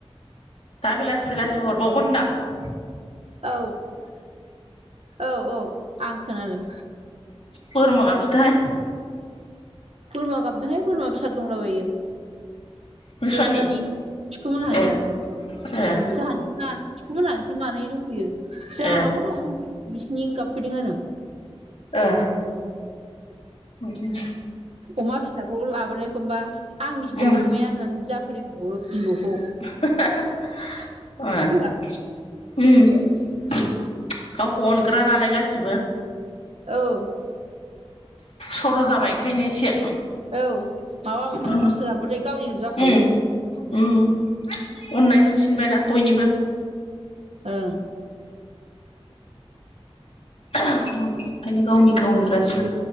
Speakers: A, on the left (about 85°); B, on the right (about 80°).
A: दा बेलासि बेलासि हरबावगोन होनदां।
B: औ औ औ आं खोनादों।
A: गरमा गाबसथाहाय।
B: बोरमा गाबदोंहाय बोरमा फिसा दंलाबायो।
A: नोंस्रानि
B: बैसानि सखुमोनहानि।
A: ए
B: जोंहानि
A: ए
B: नङा मोनहानिसो मानै दंफैयो। जोंहानावबो
A: ए
B: दं बिसिनि गाबफैदों आरो।
A: ओ उम।
B: अमा फिसाखौ लाबोनायखौमबा आंनिसोदा
A: उम
B: अमाया होननानै जा फलिबावो बिबौखौ।
A: ओहोहोह
B: थिखोआ
A: अ। गावखौ अनग्रा नालाय गासिबो।
B: औ।
A: सर' जाबाय ओंखायनो एसे
B: औ माबा मोनसे
A: उम
B: बुस्थु लाबोबाथाय गावनिल' जाखायो।
A: उम उम। अननाय मोनसिनबायना बयनिबो।
B: ओं।
A: ओह ओंखायनो गावनि गावनि गोसिबो।